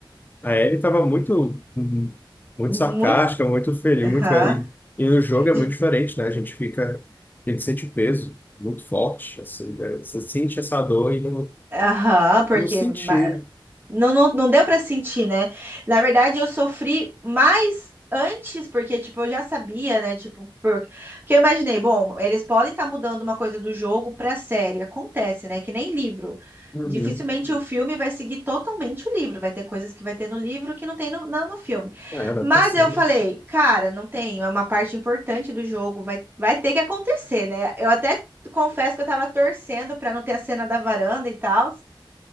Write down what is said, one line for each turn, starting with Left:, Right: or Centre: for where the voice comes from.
Left: A Ellie estava muito, Uhum. muito
Right: Muito.
Left: sarcástica, muito feliz,
Right: Aham.
Left: muito... E, e no jogo é
Right: De-
Left: muito diferente, né? A gente fica, a gente sente peso muito forte, assim, né? Você sente essa dor e não,
Right: Aham, porque
Left: não sentiu.
Right: ma- Não, não, não deu pra sentir, né? Na verdade, eu sofri mais antes, porque, tipo, eu já sabia, né? Tipo, por- porque eu imaginei, bom, eles podem estar mudando uma coisa do jogo pra série. Acontece, né? Que nem livro.
Left: Uhum.
Right: Dificilmente o Uhum. filme vai seguir totalmente o livro. Vai ter coisas que vai ter no livro que não tem no, não no filme.
Left: É, adaptação.
Right: Mas eu
Left: né?
Right: falei, cara, não tem. É uma parte importante do jogo. Vai, vai ter que acontecer, né? Eu até confesso que eu tava torcendo pra não ter a cena da varanda e tal.